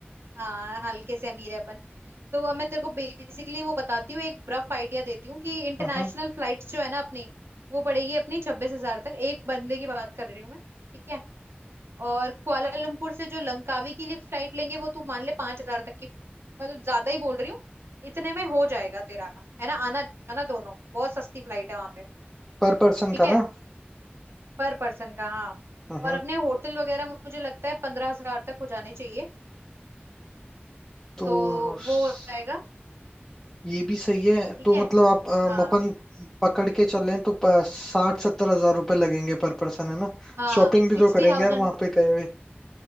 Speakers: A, on the right; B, in the centre.
A: हाँ हल्के से अमीर है अपन तो अब मैं तेरे को बेसिकली वो बताती हूँ एक रफ आइडिया देती हूँ कि इंटरनेशनल
B: हम्म
A: फ्लाइट्स जो है ना अपनी वो पड़ेगी अपनी छब्बीस हजार तक एक बंदे की बात कर रही हूँ मैं ठीक है और कुआलालंपुर से जो लंकावी के लिए फ्लाइट लेंगे वो तू मान ले पांच हजार तक की मतलब ज्यादा ही बोल रही हूँ इतने में हो जाएगा तेरा है ना आना जाना दोनों बहुत सस्ती फ्लाइट है वहां पे
B: पर पर्सन
A: ठीक
B: का
A: है
B: ना
A: पर पर्सन का हाँ
B: हम्म
A: और अपने होटल वगैरह मुझे लगता है पंद्रह हजार तक हो जाने चाहिए
B: तो
A: तो वो
B: स-
A: हो जाएगा
B: ये भी सही है
A: ठीक
B: तो
A: है
B: मतलब आप अम,
A: हाँ
B: अपन पकड़ के चलें तो प- साठ सत्तर हजार रुपये लगेंगे पर पर्सन है ना
A: हाँ
B: शॉपिंग
A: सिक्सटी
B: भी तो करेंगे
A: थाउजेंड
B: यार वहां पे गए हुए